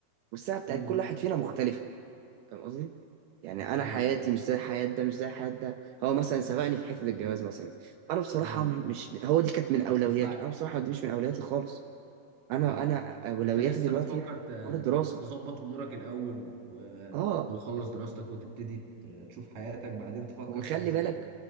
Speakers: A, on the right; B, on the right.
A: والساعة بتاعت
B: امم
A: كل واحد فينا مختلفة فاهم قصدي؟ يعني
B: ايوه
A: أنا حياتي مش زي حياة ده مش زي حياة ده هو مثلا سبقني في حتة الجواز مثلا أنا بصراحة
B: امم
A: م- مش هو دي كانت من أولوياته
B: مش مستعجل
A: أنا بصراحة دي مش من أولوياتي خالص انا
B: اه
A: انا اولوياتي
B: انت لسه
A: دلوقتي
B: بتفكر
A: حوار
B: ت-
A: الدراسه
B: تظبط امورك الاول و...
A: اه
B: وتخلص دراستك وتبتدي ت- تشوف حياتك بعدين تفكر
A: وخلي
B: في حاجه زي
A: بالك
B: كده